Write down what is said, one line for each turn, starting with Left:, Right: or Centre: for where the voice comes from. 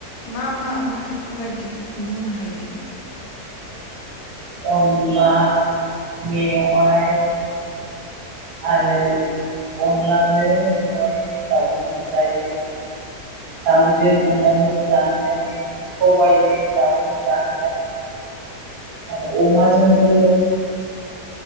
Left: मा मा ओंख्रिखौहाय बुंनो हायो
Right: अनला मेवाय आरो अनलाजों मेवाइजों दाउजोंबो जायो दाउजों अनलाजोंबो जानो हायो सबायजों दाउजों जानो हायो आरो अमाजोंबो